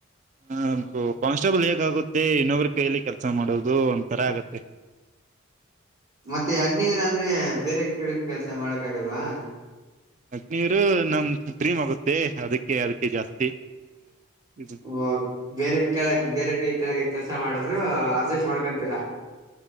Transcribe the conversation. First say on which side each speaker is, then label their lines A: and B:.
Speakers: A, on the right; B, on the right.
A: ಹ ಕಾನ್ಸ್ಟೇಬಲ್ ಹೇಗಾಗುತ್ತೆ ಇನ್ನೊಬ್ಬ್ರ ಕೈಯಲ್ಲಿ ಕೆಲ್ಸ ಮಾಡೋದು ಒಂಥರ ಆಗತ್ತೆ. ಹಾ ಹ <inaudible>
B: ಮತ್ತೆ ಅಗ್ನಿವರಾದ್ರೆ ಬೇರೆ ಕೇಳಕ್ ಕೆಲ್ಸ ಮಾಡಕ್ ಆಗಲ್ವಾ
A: ಅಗ್ನಿವೀರ ನಮ್ಮ ಡ್ರೀಮ್ ಆಗುತ್ತೆ ಅದಕ್ಕೆಅದಕ್ಕೆ ಜಾಸ್ತಿ ಇದು.
B: ಓ ಬೇರೆ ಕೆಳಗೆ ಬೇರೆ ಕೈ ಕೆಳಗೆ ಕೆಲ್ಸ ಮಾಡಿದ್ರು ಅಡ್ಜಸ್ಟ್ ಮಾಡ್ಕೊಂತೀರಾ